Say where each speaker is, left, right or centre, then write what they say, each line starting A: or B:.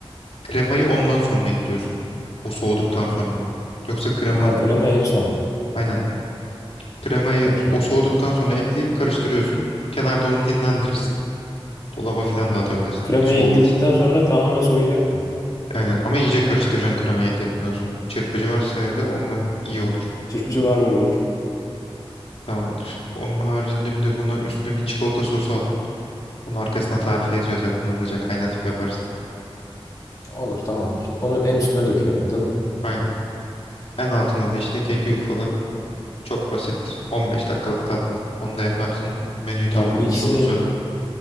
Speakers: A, on the left (about 80°); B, on the left (about 35°).
A: Kremayı ondan sonra ekliyorsun. O soğuduktan sonra. Yoksa krema
B: Ha krema en son.
A: aynen. Kremayı
B: Okey.
A: o soğuduktan sonra ekleyip karıştırıyorsun. Kenarda onu dinlendirirsin. Dolaba falan da atabilirsin.
B: Kremayı
A: Soğumaz.
B: ekledikten sonra tamamen soğuyacak mı?
A: Aynen ama iyice karıştıracaksın kremayı ekledikten sonra. Çırpıcı varsa evde onunla iyi olur.
B: Çırpıcı var var olur.
A: Tamamdır. Onun haricinde bir de buna üstüne bir çikolata sosu al. Onun arkasına tarifi yazıyor zaten hızlıca kaynatıp yaparsın.
B: Olur tamamdır. Onu en üstüne döküyorum değil mi?
A: Aynen. En altında da işte keki yufala. Çok basit 15 dakikalık tatlı. Onu da yaparsın. Menüyü tamamlamış
B: Tamam bu ikisini
A: olursun o gün.